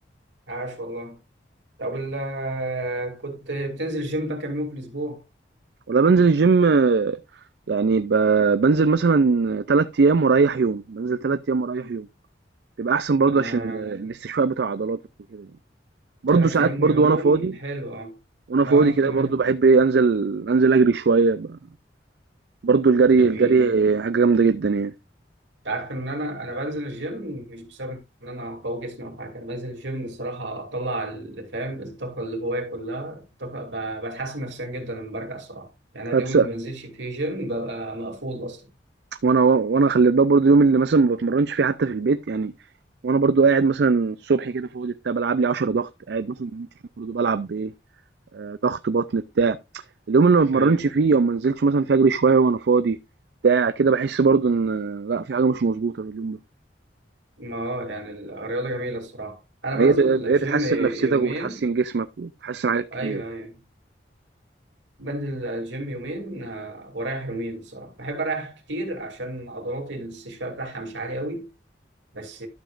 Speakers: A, on the right; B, on the right.
A: عاش والله طب ال- كنت بتنزل جيم بقى كام يوم في الاسبوع
B: ولا بنزل الجيم آه، يعني ب... بنزل مثلا تلات ايام واريح يوم بنزل تلات ايام واريح يوم بيبقى احسن برضه
A: انا
B: عشان آه، الاستشفاء بتاع عضلاتك وكده يعني برضه
A: تلات
B: ساعات
A: ايام
B: برضه
A: ويوم
B: وانا فاضي
A: حلو اه
B: وانا فاضي
A: اه
B: كده
A: بتعمل
B: برضه
A: ايه
B: بحب ايه انزل انزل اجري شويه ب- برضه الجري
A: جميل
B: الجري حاجه جامده جدا يعني
A: انت عارف ان انا انا بنزل الجيم مش بسبب ان انا قوي جسمي او حاجه انا بنزل الجيم الصراحه اطلع اللي فاهم الطاقه اللي جوايا كلها الطاقه ب- بتحسن نفسيا جدا لما برجع الصراحه يعني أنا
B: فبس
A: اليوم اللي ما بنزلش فيه جيم ببقى مقفول اصلا
B: وانا وانا خلي بالك برضه يوم اللي مثلا ما بتمرنش فيه حتى في البيت يعني وانا برضو قاعد مثلا الصبح كده فاضي بتاع بلعب لي 10 ضغط قاعد مثلا ما بعملش حاجه برضو بلعب آآ، ضغط بطن بتاع، اليوم اللي ما اتمرنش
A: ايوه
B: فيه أو ما نزلتش مثلًا فيه أجري شوية وأنا فاضي بتاع كده، باحس برضه إن لأ في حاجة مش مضبوطة في اليوم ده،
A: ما هو يعني الرياضه جميله الصراحه انا
B: ما
A: بنزل
B: هي ب هي
A: جيم
B: بتحسن نفسيتك
A: يومين
B: وبتحسن جسمك وبتحسن حاجات كتير
A: ايوه
B: يعني،
A: ايوه بنزل الجيم يومين آه، ورايح يومين بصراحه بحب اريح كتير عشان عضلاتي الاستشفاء بتاعها مش عالي قوي بس